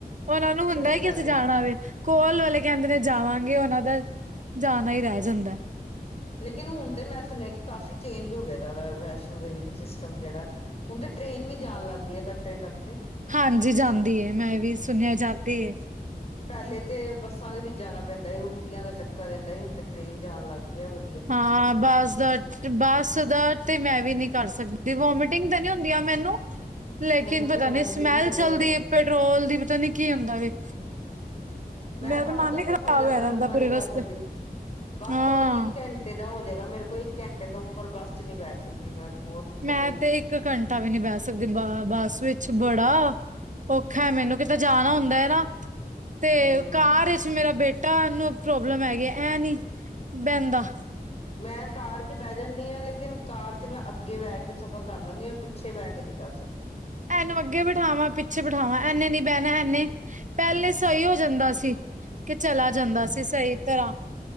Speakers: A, on the right; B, on the left.
A: ਔਨਾਂ ਨੂੰ
B: ਸਹੀ
A: ਹੁੰਦਾ ਹੈ, ਕਿ
B: ਗੱਲ
A: ਅਸੀਂ ਜਾਣਾ ਵੇ। ਕੋਲ ਵਾਲੇ ਕੈਂਹਦੇ ਨੇ ਜਾਵਾਂਗੇ, ਔਨਾਂ ਦਾ ਜਾਣਾ ਈ ਰੈ ਜਾਂਦਾ ਐ।
B: ਲੇਕਿਨ, ਹੁਣ ਤੇ ਮੈਂ ਸੁਣਿਆ ਕਿ ਕਾਫ਼ੀ ਚੇਂਜ ਹੋ ਗਿਆ ਦਾ ਵੈ, ਵੈਸ਼ਨੋ ਦੇਵੀ ਦਾ ਸਿਸਟਮ ਜੜਾ ਐ। ਹੁਣ ਤੇ ਟ੍ਰਰੇਨ ਵੀ ਜਾਣ ਲੱਗ ਗੀ ਐ, ਕੱਟਰੇ ਤੱਕ ਤੇ।
A: ਹਾਂਜੀ ਜਾਂਦੀ ਏ, ਮੈਂ ਵੀ ਸੁਣਿਆ ਜਾਂਦੀ ਏ।
B: ਪੈਹਲੇ ਤੇ ਬੱਸਾਂ ਦੇ ਵਿੱਚ ਜਾਣਾ ਪੈਂਦਾ ਸੀ, ਉਲਟੀਆਂ ਦਾ ਚੱਕਰ ਰੈਂਹਦਾ ਸੀ, ਹੁਣ ਤੇ ਟ੍ਰੇਨ ਜਾਣ ਲੱਗ ਗੀ ਐ ਵ
A: ਹਾਂ, ਬਸ ਦ ਬਸ ਦਾ, ਤੇ ਮੈਂ ਵੀ ਨੀ ਕਰ ਸਕਦੀ, ਵੋਮਿਟਿੰਗ ਤੇ ਨੀ ਹੁੰਦੀਆਂ ਮੈਨੂੰ ਲੇਕਿਨ,
B: ਮੈਨੂੰ
A: ਪਤਾ
B: ਤੇ ਵੋਮਟਿੰਗ
A: ਨੀ ਸਮੈਲ
B: ਸ਼ੁਰੂ
A: ਚੱੜਦੀ
B: ਹੋ ਜਾਂਦੀ
A: ਏ
B: ਹੈ
A: ਪੈਟਰੋਲ ਦੀ, ਪਤਾ ਨੀ ਕੀ ਹੁੰਦਾ ਵੇ।
B: <unintelligible> ਮੈਂ
A: ਮੇਰਾ
B: ਬਸ
A: ਤਾਂ ਮਨ
B: ਦਾ
A: ਹੀ
B: ਸਫ਼ਰ
A: ਖ਼ਰਾਬ
B: ਜ਼ਾਦਾ
A: ਹੋਇਆ ਰਹਿੰਦਾ
B: ਲੰਬਾ
A: ਪੂਰੇ
B: ਨੀ ਕਰ
A: ਰਸਤੇ
B: ਸਕਦੀ, ਵੱਧ
A: ਹਾਂ
B: ਤੋਂ ਵੱਧ ਇੱਕ ਘੈਂਟ ਘੰਟੇ ਦਾ ਹੋ ਜੇਗਾ, ਮੇਰੇ ਕੋਲ ਇੱਕ ਘੰਟੇ ਤੋਂ ਉੱਪਰ ਬੱਸ ਚ ਨੀ ਬੈਠ ਸਕਦੀ ਮੈਂ। ਬਹੁਤ ਦਿੱਕਤ
A: ਮੈਂ
B: ਹੋ ਜਾਂਦੀ
A: ਤੇ ਇੱਕ ਘੰਟਾ ਵੀ ਨੀ ਬੈ ਸਕਦੀ ਬ ਬੱਸ ਵਿੱਚ, ਬੜਾ ਔਖਾ ਐ, ਮੈਨੂੰ ਕਿਤੇ ਜਾਣਾ ਹੁੰਦਾ ਏ ਨਾ, ਤੇ
B: ਹਮ
A: ਕਾਰ ਇਚ ਮੇਰਾ ਬੇਟਾ ਨੂੰ ਪ੍ਰੋਬਲਮ ਹੈਗੀ, ਐ ਨੀ ਬੈੰਦਾ।
B: ਮੈਂ ਕਾਰ ਚ ਬੈ ਜਾਂਨੀ ਆਂ, ਲੇਕਿਨ ਕਾਰ ਚ ਮੈਂ ਅੱਗੇ ਬੈਠ ਕੇ ਸਫ਼ਰ ਕਰ ਲਾਂਗੀ। ਮੈਂ ਪਿੱਛੇ ਬੈ ਕੇ ਨੀ ਕਰ ਸਕਦੀ।
A: ਐਨੂੰ ਅੱਗੇ ਬਿਠਾਵਾਂ, ਪਿੱਛੇ ਬਿਠਾਵਾਂ, ਐਨੇ ਨੀ ਬੈਣਾ, ਐਨੇ ਪੈਹਲੇ ਸਈ ਹੋ ਜਾਂਦਾ ਸੀ। ਕੇ ਚਲਾ ਜਾਂਦਾ
B: ਹਮ
A: ਸੀ, ਸਈ ਤਰ੍ਹਾਂ।